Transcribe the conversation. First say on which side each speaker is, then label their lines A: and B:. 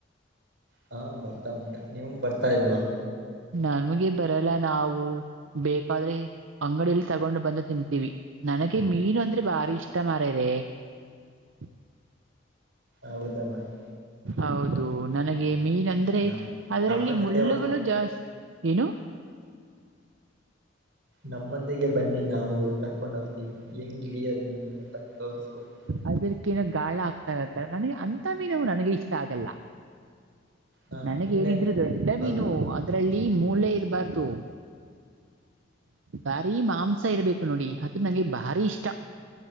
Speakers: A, on the right; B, on the right.
A: ಹಾ ಬರ್ತಾ ಉಂಟಾ ನಿಮ್ ಬರ್ತಾ ಇಲ್ವಾ
B: ನಮಗೆ ಬರಲ್ಲ ನಾವು ಬೇಕಾದ್ರೆ ಅಂಗಡಿಯಲ್ಲಿ ತಗೊಂಡು ಬಂದು ತಿಂತೀವಿ ನನಗೆ ಮೀನು ಅಂದ್ರೆ ಬಾರಿ ಇಷ್ಟ ಮಾರ ಇದೆ ಹ
A: ಹೌದ ಮಾಡನ್
B: ಹೌದು ನನಗೆ ಮೀನ್ ಅಂದ್ರೆ
A: ನಮ್
B: ಅದರಲ್ಲಿ
A: ನಮ್ಮ ಜೊತೆ
B: ಮುಳ್ಳುಗಳು
A: ಒಂದ್
B: ಜಾಸ್ತಿ ಏನು
A: ನಮ್ಮಂದಿಗೆ ಬನ್ನಿ ನಾವು ಕರ್ಕೊಂಡ್ ಹೋಗ್ತಿ ಹೆಂಗ್ ಗಿಡಿಯೋದು ಅಂತ ತೋರ್ಸ್ಕೊಡ್ತೀವಿ
B: ಅದಕ್ಕೇನೋ ಗಾಳ ಆಗ್ತಾರ ಅಂತಾರ ನನಗೆ ಅಂಂತ ಮೀನುವು ನನಗೆ ಇಷ್ಟ ಆಗಲ್ಲ
A: ಹ
B: ನನಗೆ
A: ಇನ್ನೇನ್
B: ಏನಿದ್ರು ದೊಡ್ಡ ಮೀನು
A: ಅದು
B: ಅದ್ರಲ್ಲಿ ಮೂಲೆ ಇರಬಾರ್ದು ಬಾರಿ ಮಾಂಸ ಇರ್ಬೇಕು ನೋಡಿ ಅದು ನಂಗೆ ಭಾರಿ ಇಷ್ಟ